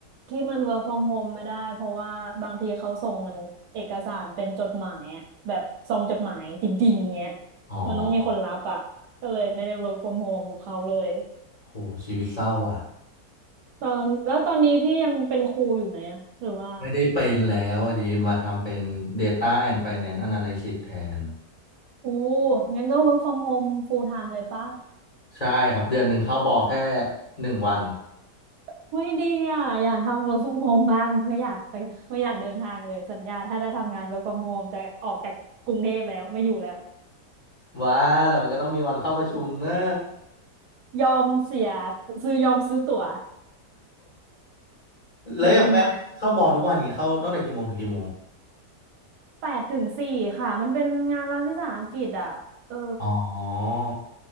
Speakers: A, on the right; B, on the left.
A: ที่มัน work from home ไม่ได้เพราะว่าบางทีเขาส่งหนังเอกสารเป็นจดหมายอะแบบซองจดหมายจริงๆเงี้ย
B: อ๋อ
A: มันต้องมีคนรับอ่ะก็เลยไม่ได้ work from home กับเขาเลย
B: โหชีวิตเศร้าอ่ะ
A: ตอนแล้วตอนนี้พี่ยังเป็นครูอยู่ไหมอะหรือว่า
B: ไม่ได้เป็นแล้วอ่ะดิมาทำเป็น Data and Finance Analysis แทน
A: อู้งั้นก็ work from home full time เลยปะ
B: ใช่ครับ เดือนหนึ่งเข้าบอแค่หนึ่งวัน
A: เฮ้ยดีอ่ะอยากทำ work from home บ้างไม่อยากไปไม่อยากเดินทางเลยสัญญาถ้าได้ทำงาน work from home จะออกจากกรุงเทพแล้วไม่อยู่แล้ว
B: ว้าแต่มันก็ต้องมีวันเข้าประชุมเนอะ
A: ยอมเสียซื้อยอมซื้อตั๋ว
B: แล้วอย่างแป้งเข้าบอทุกวันนี้เข้าตั้งแต่กี่โมงถึงกี่โมง
A: เดี๋ยวบินมาแปดถึงสี่ค่ะมันเป็นงานรัฐวิสาหกิจอ่ะเออ
B: อ๋อ